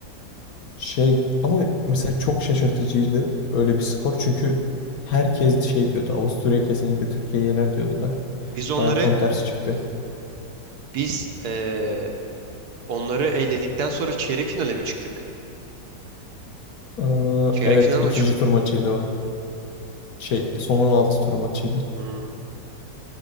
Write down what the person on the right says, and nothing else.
Biz onları
biz eee, onları eledikten sonra çeyrek finale mi çıktık?
Çeyrek
final
maçı mıydı?
Hmm.